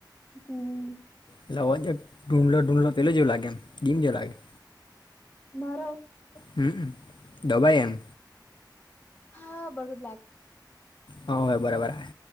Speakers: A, on the left; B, on the left.
A: હમ
B: પેલે અવાજ ુંઢલો ઢુંઢલો પેલો જેવું લાગે એમ ગીમ લાગે?
A: મારો
B: હમ્મ, દબાઈ એમ.
A: હા, બરું
B: હા, હવે બરાબર હે.